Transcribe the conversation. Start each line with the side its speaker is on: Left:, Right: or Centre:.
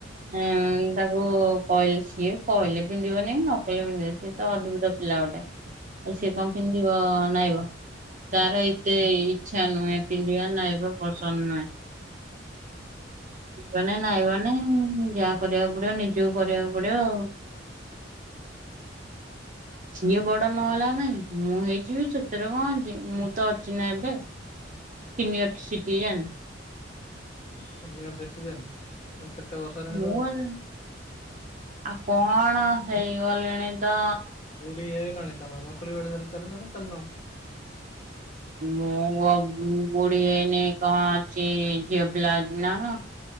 Right: ଏଁ ତାକୁ କହିଲେ ସିଏ କହିଲେ ପିନ୍ଧିବନି ନ କହିଲେ ପିନ୍ଧିବ ସିଏ ତ ଅଦ୍ଭୁତ ପିଲା ଗୋଟେ ଆଉ ସିଏ କଣ ପିନ୍ଧିବ ନାଇଁବ। ତାର ଏତେ ଇଚ୍ଛା ନୁହେଁ ପିନ୍ଧିବା ନାଇଁବା ପସନ୍ଦ ନୁହେଁ। ମାନେ ନାଇବନି ଯାହା କରିବାକୁ ପଡିବ ନିଜକୁ କରିବାକୁ ପଡିବ ଆଉ। <inaudible> ସିଏ ବଡ ନହେଲା ନାଇଁ ମୁଁ ହେଇଯିବି ସେଥିରେ କଣ ଅଛି ମୁଁ ତ ଅଛି ନା ଏବେ। Senior citizen.
Left: Senior citizen. ପୁଅ କେତେ ବର୍ଷ? ହେଲାଣି
Right: ମୁଁ
Left: ତମକୁ
Right: <unintelligible> ଆଉ କଣ ହେଇଗଲିଣି ତ
Left: ବୁଢୀ ହେଇଗଲଣି ତମେ ବଙ୍କୁଲି ବାଡି ଧରି ଚାଲୁଚ ନା ଚାଲୁନ?
Right: ମୁଁ ଆଉ ବୁଢୀ ହେଇନି କଣ ଅଛି ଝିଅ ପିଲା ନା କଣ?